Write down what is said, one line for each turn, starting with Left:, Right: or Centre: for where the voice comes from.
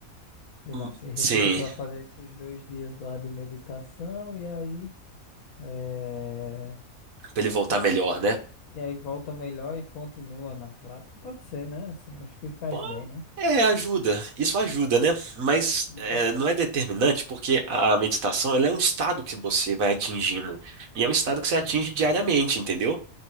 Left: Sei
Right: hum,
Left: lá, se retira
Right: sim,
Left: para fazer esses dois dias lá de meditação e aí, eh,
Right: pra ele voltar melhor, né?
Left: e aí volta melhor e continua na prática. Pode ser, né? Assim, acho que faz
Right: Pô,
Left: bem, né?
Right: É, ajuda. Isso ajuda, né? Mas
Left: Uhum,
Right: é, não é determinante porque a meditação ela é um estado que você vai atingindo. E é um estado que você atinge
Left: uhum.
Right: diariamente, entendeu?